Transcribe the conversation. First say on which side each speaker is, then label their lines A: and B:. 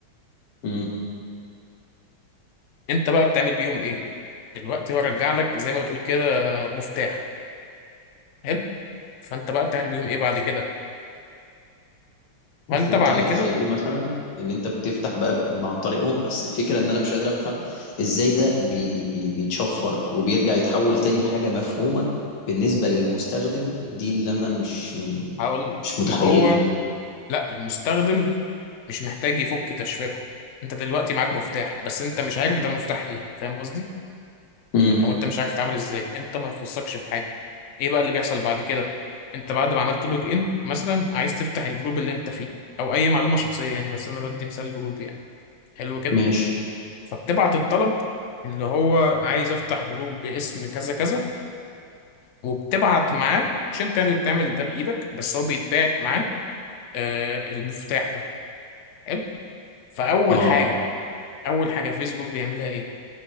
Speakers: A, on the left; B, on the left.
A: امم
B: انت بقى بتعمل بيهم ايه دلوقتي هو رجع لك زي ما بتقول كده مفتاح حلو فانت بقى بتعمل بيهم ايه بعد كده فانت
A: المفروض
B: بعد
A: على
B: كده
A: تخيلي مثلا ان انت بتفتح بقى ب- عن طريقهم بس الفكره ان انا مش قادر افهم ازاي ده بي بي بيتشفر وبيرجع يتحول تاني لحاجه مفهومه بالنسبه للمستخدم دي اللي انا مش
B: هقول لك
A: مش متخيلها
B: ما هو لا المستخدم مش محتاج يفك تشفيرة انت دلوقتي معاك مفتاح بس انت مش عارف ده مفتاح ايه فاهم قصدي
A: امم
B: او انت مش عارف تتعامل ازاي انت ما يخصكش في حاجة ايه بقى اللي بيحصل بعد كده انت بعد ما عملت لوج ان مثلا عايز تفتح الجروب اللي انت فيه او اي معلومة شخصية يعني بس انا بدي مثال جروب يعني حلو كده
A: ماشي
B: فبتبعت الطلب اللي هو عايز افتح جروب باسم كذا كذا وبتبعت معاه مش انت يعني اللي بتعمل ده بايدك بس هو بيتبعت معاه آه المفتاح ده حلو فاول
A: اه
B: حاجة اول حاجه فيسبوك بيعملها ايه